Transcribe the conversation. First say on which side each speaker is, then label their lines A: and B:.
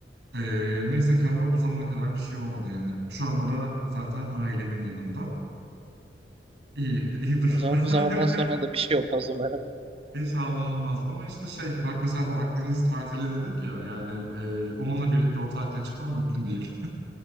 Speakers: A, on the right; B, on the right.
A: E, neyse ki ama bu zamana kadar bir şey olmadı yani. Şu anda da zaten ailemin yanında. İyi, iyi durumda.
B: o zaman bu
A: <laughs>
B: zamandan sonra da bir şey olmaz umarım.
A: İnşallah olmaz. Ama işte şey bak mesela bu Akdeniz tatili dedik ya yani e, onunla birlikte o tatile çıkmam mümkün değil.